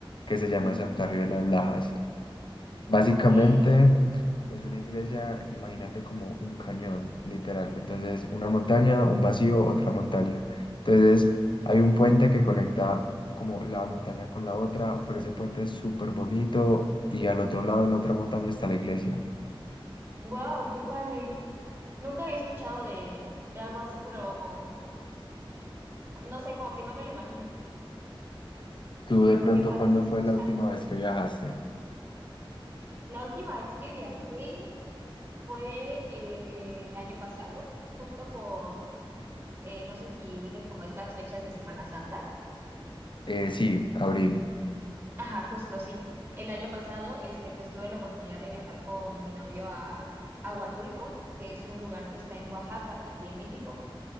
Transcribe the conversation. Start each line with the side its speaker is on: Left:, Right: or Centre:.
Left: que se llama
Right: ujú.
Left: Santuario de las Lajas. Básicamente
Right: Ok.
Left: es una iglesia, imagínate como un cañón, literal. Entonces, una montaña, un vacío, otra montaña. Entonces, hay un puente que conecta como la montaña con la otra, pero ese puente es súper bonito y al otro lado, en la otra montaña, está la iglesia.
Right: Wow, qué padre. Nunca había escuchado de, de algo así, pero no sé, como que no me lo imagino.
Left: ¿Tú
Right: Pero
Left: de pronto
Right: qué padre
Left: cuándo
Right: se escucha.
Left: fue la última vez que viajaste?
Right: La última vez que viajé. Fue eh, el año pasado, justo por, eh, no sé si ubiques como estas fechas de Semana Santa.
Left: Eh, sí, abril.
Right: Ajá, justo sí. El año pasado, este, pues tuve la oportunidad de viajar con mi novio a a Huatulco, que es un lugar que está en Oaxaca, aquí en México,